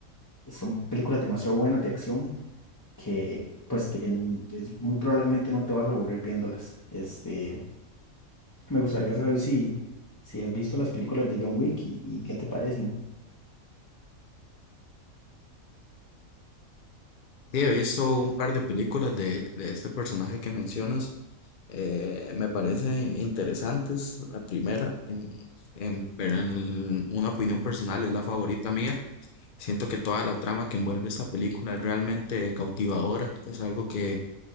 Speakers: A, on the left (about 15°); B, on the left (about 50°).
A: son películas demasiado buenas de acción que, pues, que en- es- muy probablemente no te vas a aburrir viéndolas. Este, me gustaría saber si, si has visto las películas de John Wick y y qué te parecen.
B: Sí, he visto un par de películas de, de este personaje que mencionas. eh, me parecen interesantes. La primera, en, en- pero en una opinión personal, es la favorita mía. Siento que toda la trama que envuelve esta película es realmente cautivadora. Es algo que,